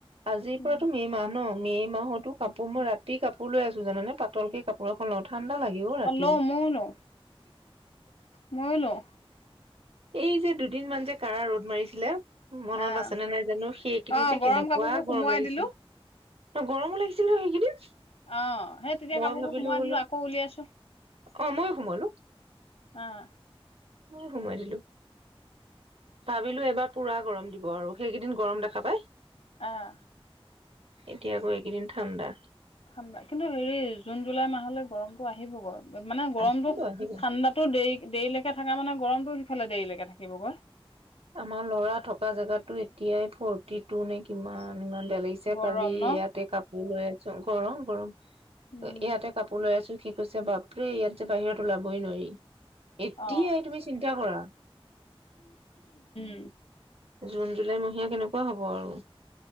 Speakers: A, on the right; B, on the left.
A: আজিৰ
B: উম
A: পৰাতো মে মাহ ন মে' মাহতো কাপোৰ মই ৰাতি কাপোৰ কাপোৰ লৈ আছো জাননে পাতলকে কাপো বৰষুণত ঠাণ্ডা লাগিব ৰাতি
B: অ লওঁ ময়ো লওঁ ময়ো লওঁ
A: এই যে দুদিন মান যে কাৰা ৰ'দ মাৰিছিলে মনত
B: আহ
A: আছেনে নাই জানো সেইকেইদিন
B: অ
A: যে
B: গৰম
A: কেনেকোৱা
B: কাপোৰবোৰ সুমোৱাই
A: গৰম লাগিছিল
B: দিলো
A: তো গৰমো লাগিছিল ন সেইকেইদিন
B: অ সেই তেতিয়া
A: মই
B: কাপোৰবোৰ
A: ভাবিলো
B: সোমাৱাই
A: বোলো
B: দিলো আকৌ উলিয়াইছো
A: অ মই সোমলো
B: আহ
A: মই সোমাই দিলো ভাৱিলো এবাৰ পুৰা গৰম দিব গ সেইকেইদিন গৰম দেখা পাই
B: আহ
A: এতিয়া আকৌ এইকেইদিন ঠাণ্ডা
B: ঠাণ্ডা কিন্তু হেৰি জুন জুলাই মাহলৈ গৰমতো আহিবগৈ মানে গৰমতো
A: আহিব আহিব
B: ঠাণ্ডাতো দেৰি দেৰিলৈকে থকা মানে গৰমতো সিফালে দেৰিলৈকে থাকিবগৈ
A: আমাৰ লৰা থকা জেগাতো এতিয়াই ফৰ্টি টু নে কিমান ইমান বেয়া লাগিছে
B: গৰম
A: কালি
B: ন
A: ইয়াতে কাপোৰ লৈ আছো গৰম গৰম
B: উম
A: ইয়াতে কাপোৰ লৈ আছো সি কৈছে বাপৰে ইয়াত যে বাহিৰত ওলাবই নোৱাৰি এতিয়াই
B: অ
A: তুমি চিন্তা কৰা
B: উম
A: জুন জুলাই মহীয়া কেনেকোৱা হব আৰু